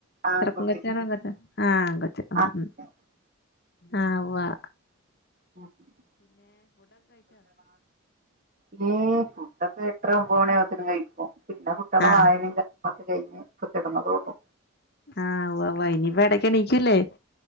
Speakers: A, on the right; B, on the left.
A: ആൺകുട്ടി
B: ചെറക്കകൊച്ചാ പെൺകൊച്ചാ ആഹ് ആങ്കോച്ച് ഉം
A: ആഹ്
B: ഉം ആഹ് ഉവ്വാ
A: <unintelligible> ഉം ഫുഡാക്കെ എട്ടരഒമ്പമണിയാവുമ്പോതെന് കഴിക്കും പിന്നെ കുട്ട്യേള
B: ആഹ്
A: വായനെ കാ ഒക്കെ കഴിഞ്ഞ് ഇപ്പോ കെടന്നതേ ഒള്ളു
B: ആഹ് ഉവ്വാ ഉവ്വാ ഇനിപ്പ എടക്കെണിക്കൂല്ലേ